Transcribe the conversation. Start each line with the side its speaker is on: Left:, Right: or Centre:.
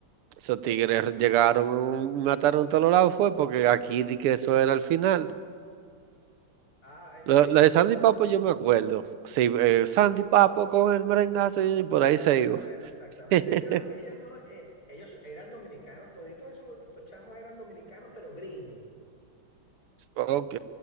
Right: esos tigres llegaron, y mataron a todos los lados, fue porque aquí di que eso era el final.
Left: Ah, e-
Right: Lo,
Left: e- ellos
Right: lo de
Left: no.
Right: Sandy Papo yo me acuerdo. Sí, eh, Sandy Papo con el merengazo y por
Left: Exactamente,
Right: ahí se iba.
Left: exactamente.
Right: <laughs>
Left: Ellos, ellos no, eh, ellos eran dominicanos, toditos esos, estos chamos eran dominicanos, pero gringos.
Right: Ok.